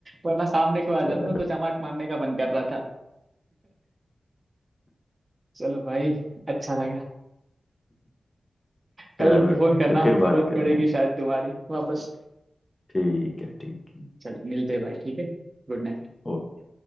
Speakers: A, on the right; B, on the left.
A: वरना सामने को आ
B: चलो
A: जाता ना तो चमाट मारने का मन कर रहा था चलो भाई अच्छा लगा
B: <laughs>
A: कल
B: चलो
A: फोन
B: ठीक
A: करना
B: है फिर
A: जरूरत
B: बात करेंगे
A: पड़ेगी शायद तुम्हारी वापस
B: ठीक है ठीक है
A: चलो मिलते हैं भाई ठीक है Good night
B: ओके